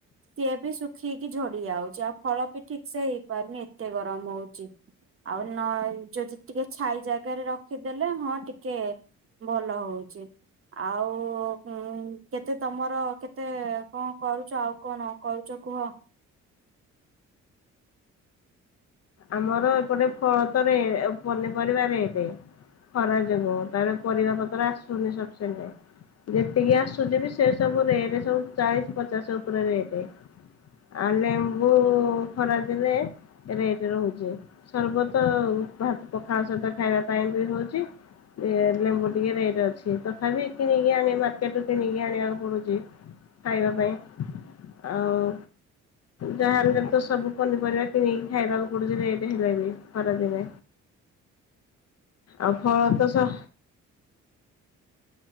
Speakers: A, on the right; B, on the left.
A: ସିଏ ବି ଶୁଖକି ଝଡି ଯାଉଛି। ଆଉ' ଫଳ ବି ଠିକ୍ ସେ ହେଇପାରୁନି। ଏତେ ଗରମ ହଉଛି। ଆଉ' ନ- ଯଦି ଟିକେ ଛାଇ ଜାଗାରେ ରଖିଦେଲେ, ହଁ ଟିକେ ଭଲ ହଉଛି। ଆଉ' ହୁଁ। କେତେ ତମର, କେତେ କଣ, କରୁଛ? ଆଉ କଣ, କରୁ ଛ କୁହ।
B: ଆମର ଏପଟେ ଫଳ ତରେ ପନିପରିବା ରେଟ। ଖରା ଯୋଗୁ ତାପରେ ପରିବା ପତ୍ର ଆସୁନି ସପିଂସେଣ୍ଟ। ଯେତିକି ଆସୁଛି ବି ସେ ସବୁ ରେଟ ସବୁ ଚାଳିଶ ପଚାଶ ଉପରେ ରେଟେ ଆଉ ଲେମ୍ବୁ ଖରା ଦିନେ ରେଟ। ରହୁଚି ସର୍ବତ ଭାତ ପଖାଳ ସହିତ ଖାଇବା ପାଇଁ ବି ହଉଚି। ଲେମ୍ବୁ ଟିକେ ରେଟ୍ ଅଛି ତଥାପି କିଣିକି ଆଣି ମାର୍କେଟୁ କିଣିକି ଆଣିବାକୁ ପଡୁଚି। ଖାଇବା ପାଇଁ ଆଉ। ଯାହାହେଲେ ତ ସବୁ ପନିରିବା କିଣିକି ଖାଇବାକୁ <inaudible> ରେଟ ହେଲାଣି ଖରାଦିନେ। ଆଉ ଫଲତ ଶ